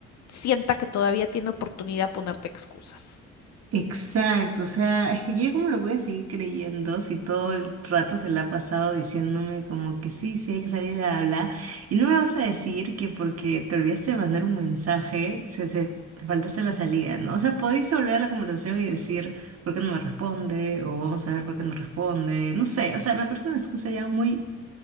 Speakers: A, on the left (about 65°); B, on the right (about 55°).
A: sienta que todavía tiene oportunidad de ponerte excusas.
B: Exacto, o sea, es que yo cómo lo voy a seguir creyendo si todo el rato se la ha pasado diciéndome como que sí, sí hay que salir a hablar y no me vas a decir que porque te olvidaste de mandar un mensaje, se, se te faltaste la salida, ¿no? O sea, podéis volver a la conversación y decir por qué no me responde o vamos a ver por qué no responde, no sé, o sea, me parece una excusa ya muy